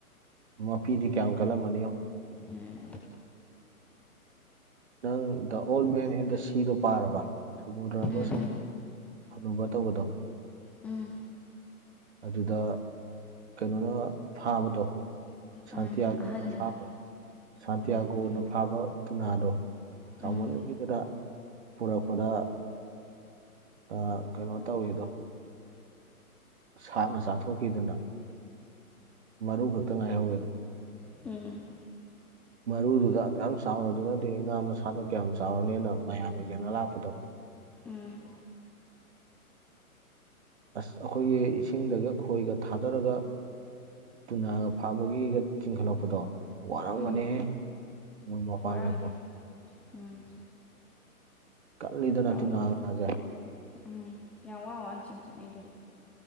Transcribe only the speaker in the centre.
ꯑꯦꯝ
ꯎꯝ
ꯎꯝ ꯎꯝ
ꯎꯝ
ꯑꯍꯟꯗꯨꯅ
ꯎꯝ
ꯎꯝ
ꯎꯝ
ꯎꯝ
ꯎꯝ
ꯋꯥꯔꯝꯅꯤ ꯎꯝ
ꯌꯥꯝ
ꯎꯝ ꯌꯥꯝ ꯋꯥ ꯋꯥꯅ ꯆꯤꯡꯈꯠꯅꯩꯗꯨꯗꯤ